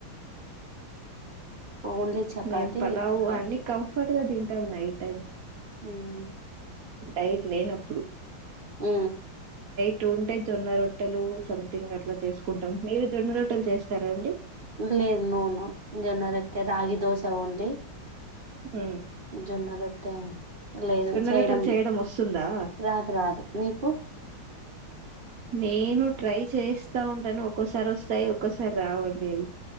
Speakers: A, on the right; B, on the right.
A: only chapati
B: మేము పలావు
A: విత్ కర్డ్
B: అన్ని కంఫర్ట్ గా తింటాము నై టైం
A: ఉమ్
B: డైట్ లేనప్పుడు
A: ఆ
B: టూ ఉంటే జొన్న రొట్టెలు సంథింగ్ అట్లా చేసుకుంటాం మీరు జొన్న రొట్టెలు చేస్తారా అండి
A: లేదు నో నో జొన్న రొట్టె రాగి దోశ ఓన్లీ
B: ఊ
A: జొన్న రొట్టే లేదు చేయడం
B: రొట్టెలు వస్తుందా
A: రాదు రాదు మీకు
B: అ నేను ట్రై చేస్తా ఉంటాను ఒక్కోసారి వస్తాయి ఒక్కోసారి రావండి అవి